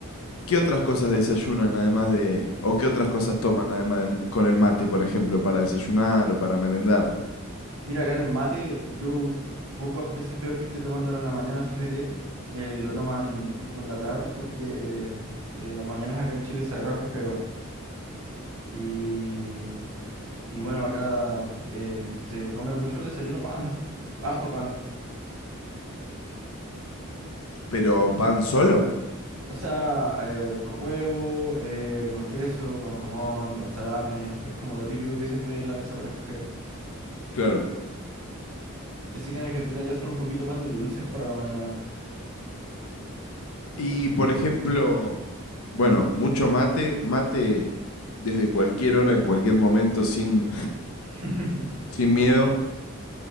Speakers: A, on the left; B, on the right.
A: qué otras cosas desayunan además de, o qué otras cosas toman además de, con el mate, por ejemplo, para desayunar o para merendar?
B: Mira, acá el mate, yo us- pocas veces veo gente tomándolo en la mañana, fíjate, eh, lo toman tipo en la tarde porque eh, en las mañanas acá en Chile es sagrado el café, weón. Y, y bueno, acá em, se come mucho el desayuno pan, harto pan.
A: Pero pan solo,
B: O sea, eh, con huevo, eh, con queso, con jamón, con salame, es como lo típico que siempre hay en la mesa para escoger.
A: claro.
B: Yo sé que en Argentina ya son un poquito más de dulces para la mañana.
A: Y por ejemplo, bueno, mucho mate, mate desde cualquier hora, en cualquier momento, sin,
B: <laughs>
A: sin miedo.